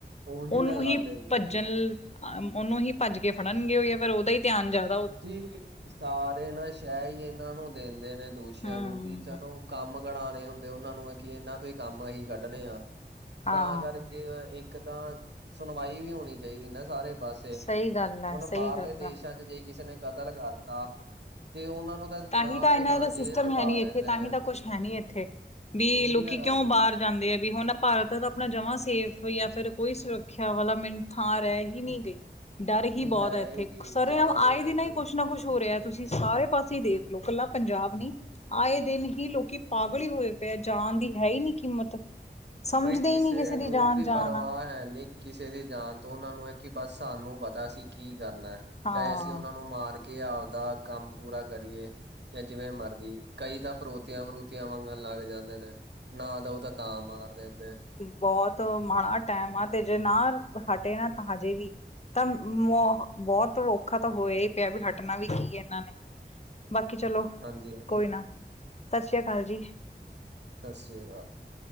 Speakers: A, on the right; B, on the left.
A: ਉਹੀ
B: ਉਨੂੰ
A: ਤਾਂ ਗੱਲ
B: ਹੀ
A: ਹੈ ਜੀ
B: ਭੱਜਣ ਅ ਉਹਨੂੰ ਹੀ ਭੱਜ ਕੇ ਫੜਨਗੇ ਉਹ ਜਾਂ ਫਿਰ ਉਹਦਾ ਹੀ ਧਿਆਨ ਜਿਆ
A: ਜੀ ਸਾਰੇ ਨਾ ਸ਼ਹਿ ਹੀ ਇਹਨਾਂ ਨੂੰ ਦਿੰਦੇ ਦੋਸ਼ੀਆਂ
B: ਹੂੰ,
A: ਨੂੰ ਕਿ ਚਲੋ ਕੰਮ ਕਨਾਣੇ ਹੁੰਦੇ ਉਹਨਾਂ ਨੂੰ ਕਿ ਇਹਨਾਂ ਤੋਂ ਹੀ ਕੰਮ ਅਸੀਂ ਕੱਢਣੇ ਆ।
B: ਹਾਂ
A: ਤਾਂ ਕਰਕੇ ਏਕ ਤਾਂ ਸੁਣਵਾਈ ਵੀ ਹੋਣੀ ਚਾਹੀਦੀ ਨਾ ਸਾਰੇ ਪਾਸੇ
B: ਸਹੀ ਗੱਲ ਹੈ,
A: ਹੁਣ
B: ਸਹੀ
A: ਬਾਹਰਲੇ
B: ਗੱਲ
A: ਦੇਸ਼ਾਂ
B: ਹੈ।
A: ਚ ਜੇ ਕਿਸੇ ਨੇ ਕਤਲ ਕਰਤਾ ਤੇ ਉਹਨਾਂ ਨੂੰ
B: ਤਾਂਹੀ
A: ਨਾਲ
B: ਤਾਂ
A: ਦੇ
B: ਇਹਨਾ
A: ਨਾਲ
B: ਦਾ ਸਿਸਟਮ
A: ਜੇਲ੍ਹ 'ਚ
B: ਹੈ
A: ਪਾ
B: ਨੀ
A: ਦਿੰਦੇ
B: ਇੱਥੇ ਤਾਂਹੀ
A: ਨੇ
B: ਤਾਂ ਕੁਛ ਹੈ ਨੀ ਇੱਥੇ ਵੀ
A: ਉਹੀ
B: ਲੋਕੀ
A: ਤਾਂ ਗੱਲ
B: ਕਿਉਂ
A: ਹੈ
B: ਬਾਰ ਜਾਂਦੇ ਆ ਵੀ ਹੁਣ ਭਾਰਤ ਤਾਂ ਆਪਣਾ ਜਮਾ ਸੇਫ ਜਾਂ ਫਿਰ ਕੋਈ ਸੁਰੱਖਿਆ ਵਾਲਾ ਮਿਨ ਥਾਂ ਰਹਿ ਹੀ ਨਈ ਗਈ। ਡਰ
A: ਜੀ
B: ਹੀ ਬੋਤ
A: ਹੈ
B: ਐ ਇੱਥੇ
A: ਹੀ ਨਹੀਂ
B: ਸਰ
A: ਜਮਾਂ
B: ਆਏ
A: ਵੀ ਹੈ
B: ਦਿਨ
A: ਨਹੀਂ
B: ਹੀ ਕੁੱਛ ਨਾ ਕੁੱਛ ਹੋ ਰਿਹਾ ਤੁਸੀਂ ਸਾਰੇ ਪਾਸੇ ਤੁਸੀਂ ਦੇਖਲੋ ਕੱਲਾ ਪੰਜਾਬ ਨੀ ਆਏ ਦਿਨ ਹੀ ਲੋਕੀ ਪਾਗਲ ਹੀ ਹੋਏ ਪਏ ਆ ਜਾਣ ਦੀ ਹੈ ਹੀ ਨੀ ਕੀਮਤ ਸਮਝਦੇ
A: ਬਈ ਕਿਸੇ
B: ਹੀ ਨੀ ਦੀ
A: ਨੂੰ
B: ਜਾਨ
A: ਵੀ
B: ਜਾਨ
A: ਪਰਵਾ
B: ਆ
A: ਹੈ ਨੀ ਕਿਸੇ ਦੀ ਜਾਨ ਤੋਂ ਉਨਾਂ ਨੂੰ ਹੈ ਕਿ ਬਸ ਸਾਨੂੰ ਪਤਾ ਅਸੀਂ ਸੀ ਕੀ ਕਰਨਾ
B: ਹਾਂ।
A: ਚਾਹੇ ਅਸੀਂ ਉਨਾਂ ਨੂੰ ਮਾਰ ਕੇ ਆਪਦਾ ਕੰਮ ਪੂਰਾ ਕਰੀਏ। ਜਾਂ ਜਿਵੇਂ ਮਰਜੀ ਕਈ ਤਾਂ ਫਰੋਤੀਆਂ-ਫਰੂਤੀਆਂ ਮੰਗਣ ਲੱਗ ਜਾਂਦੇ ਨੇ ਨਾ ਦੋ ਤਾਂ ਮਾਰ ਦਿੰਦੇ
B: ਬੋਹਤ ਮਾੜਾ ਟੈਮ ਆ ਤੇ ਜੇ ਨਾ ਹਟੇ ਨਾ ਤਾਂ ਹਜੇ ਵੀ ਤਾਂ ਬੋਤ ਔਖਾ ਤਾਂ ਹੋਯਾ ਹੀ ਪਯਾ ਵੀ ਹਟਣਾ ਵੀ ਕੀ ਏ ਏਨਾਂ ਨੇ ਬਾਕੀ ਚਲੋ
A: ਹਾਂਜੀ ਉਹ ਤਾਂ
B: ਕੋਈ
A: ਹੈ
B: ਨਾ ਸਾਸ ਸ੍ਰੀ ਅਕਾਲ ਜੀ।
A: ਸਾਸ ਸ਼੍ਰੀ ਅਕਾਲ।